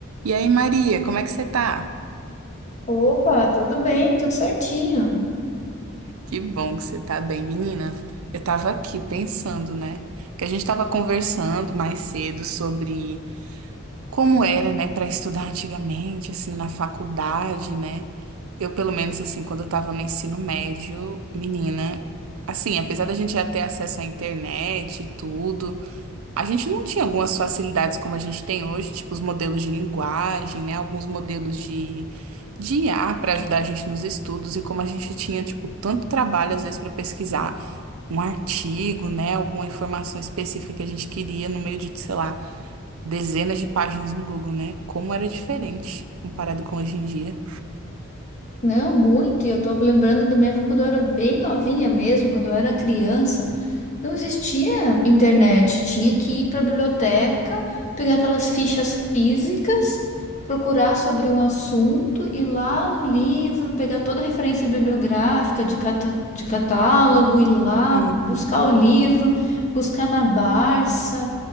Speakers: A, on the right; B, on the left.
A: E aí, Maria, como é que você tá?
B: Opa, tudo bem, tudo certinho.
A: Que bom que você tá bem, menina. Eu tava aqui pensando, né? Que a gente tava conversando mais cedo sobre como era, né, para estudar antigamente, assim, na faculdade, né? Eu, pelo menos, assim, quando eu tava no ensino médio, menina, assim, apesar da gente já ter acesso à internet e tudo. A gente não tinha algumas facilidades como a gente tem hoje, tipo os modelos de linguagem, né? Alguns modelos de, de IA para ajudar a gente nos estudos e como a gente tinha, tipo, tanto trabalho às vezes para pesquisar um artigo, né? Alguma informação específica que a gente queria no meio de, sei lá, dezenas de páginas no Google, né? Como era diferente comparado com hoje em dia.
B: Não, muito. E eu tô lembrando da minha época quando eu era bem novinha mesmo, quando eu era criança. Não existia internet, tinha que ir para a biblioteca, pegar aquelas fichas físicas, procurar sobre um assunto, ir lá no livro, pegar toda a referência bibliográfica de, cata- de catálogo, ir lá
A: Uhum.
B: buscar o livro, buscar na Barça.